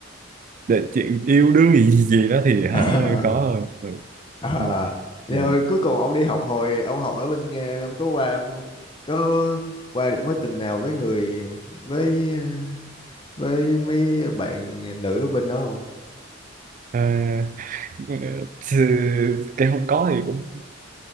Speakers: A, on the right (about 40°); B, on the left (about 25°).
A: để chuyện yêu đương gì gì gì đó thì
B: <laughs>
A: hả,
B: à
A: khó hơn ừ.
B: à.
A: Mà-
B: rồi
A: ừ.
B: cuối cùng ông đi học hồi ông học ở bên Nga ông có qua có qua được mối tình nào với người với với mấy bạn nữ ở bên đó không
A: À, ừ, thì cái không có thì cũng